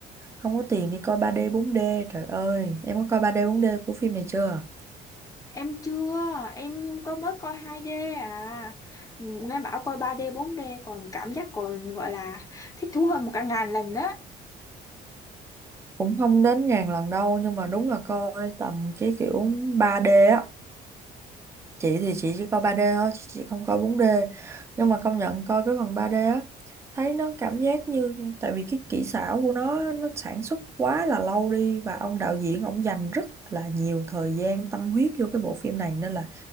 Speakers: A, on the right; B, on the left.
A: không có tiền đi coi 3D 4D trời ơi em có coi 3D 4D của phim này chưa
B: em chưa em có mới coi 2D à nghe bảo coi 3D 4D còn cảm giác còn gọi là thích thú hơn một cả ngàn lần đó
A: cũng không đến ngàn lần đâu nhưng mà đúng là coi tầm cái kiểu 3D á chị thì chị chỉ coi ba d thôi chị chị không coi bốn d nhưng mà công nhận coi cái phần ba d á thấy nó cảm giác như tại vì cái kỹ xảo của nó nó sản xuất quá là lâu đi và ông đạo diễn ông dành rất là nhiều thời gian tâm huyết vô cái bộ phim này nên là